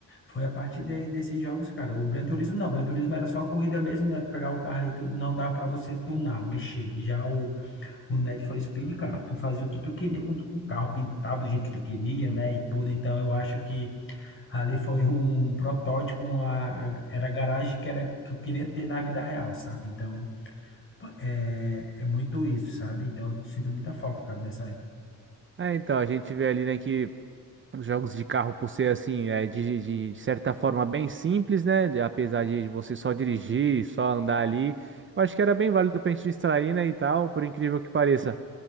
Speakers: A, on the left; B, on the right.
A: foi a partir de- desses jogos, cara. O Gran Turismo não, o Gran Turismo era só a corrida mesmo, né, tu pegar o carro ali, tu, não dava pra você tunar, mexer. Já o, o Need for Speed, cara, tu fazia o que tu queria com, com o carro, pintava do jeito que tu queria, né, e tudo, então eu acho que ali foi um protótipo, a, a- era a garagem que, era, que eu queria ter na vida real, sabe, então... É, é muito isso, sabe? Então eu sinto muita falta, cara, dessa época.
B: É, então, a gente vê ali, né, que Os jogos de carro, por ser assim, é, de, de, de certa forma bem simples, né? de- Apesar de você só dirigir, só andar ali, eu acho que era bem válido pra gente distrair, né? E tal, por incrível que pareça.